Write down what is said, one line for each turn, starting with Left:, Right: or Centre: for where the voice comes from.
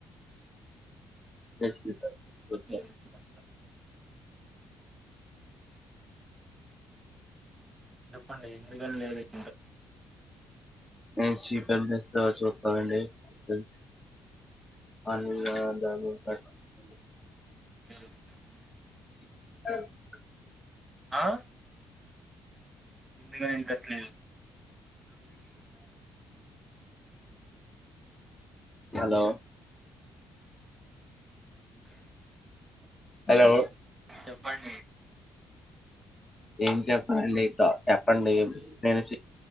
Left: <unintelligible>
Right: ఎందుకని లేదు మీకు అంత? చెప్పండి ఎందుకని లేదు ఇంకా
Left: <unintelligible> <unintelligible>
Right: <inaudible>
Left: <inaudible>
Right: ఆహ్ ఎందుకని ఇంట్రెస్ట్ లేదు
Left: హలో హలో
Right: చెప్పండి
Left: ఏం చెప్పాలండి చెప్పండి నేను